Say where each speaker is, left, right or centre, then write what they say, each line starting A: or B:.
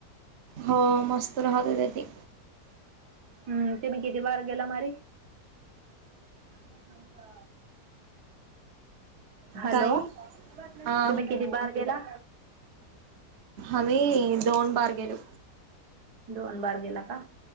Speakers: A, on the right; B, on the right.
A: हो मस्त राहतो ते ते
B: हम्म तुम्ही किती वार गेला मारी ह का अ हॅलो
A: काय
B: तुम्ही
A: हा
B: किती बार गेला
A: आम् दोन बार गेलो
B: दोन बार गेला का